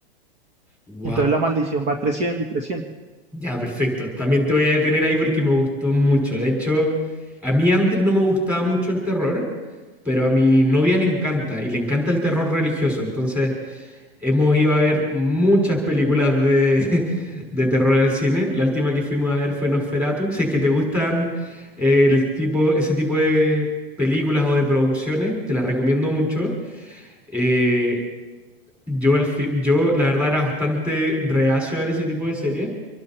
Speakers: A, in the centre; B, on the right.
A: Wow.
B: Entonces la maldición va creciendo y creciendo.
A: Ya, perfecto. También te voy a detener ahí porque me gustó mucho. De hecho, a mí antes no me gustaba mucho el terror, pero a mi novia le encanta y le encanta el terror religioso. Entonces, Hemos ido a ver muchas películas de, <laughs> de terror en el cine. La última que fuimos a ver fue Nosferatu. Si es que te gustan eh, el tipo, ese tipo de películas o de producciones, te las recomiendo mucho. Eh, yo, al fi- yo, la verdad, era bastante reacio a ver ese tipo de series.